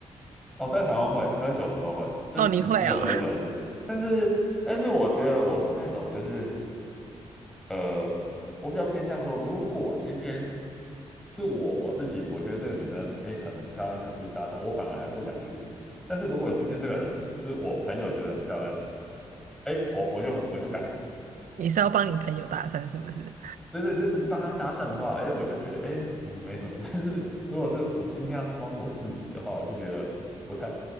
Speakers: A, in the centre; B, on the right (about 75°).
A: 哦，在台湾会喝酒的时候会，就只只有喝酒的时候但是，
B: 哦，你会哦，
A: 但是我觉得我是那种，就是呃，我比较偏向说，如果今天是我自己，我觉得这个女生诶很漂亮，想去搭讪，我反而还不敢去。但是如果今天这个人是我朋友觉得很漂亮，诶，我我就很我就敢了。
B: <laughs> 你是要帮你朋友搭讪是不是？
A: 对对，就是帮她搭讪的话，诶，我就觉得诶嗯没什么。<laughs> 但是如果是我今天要帮我自己的话，我就觉得不太，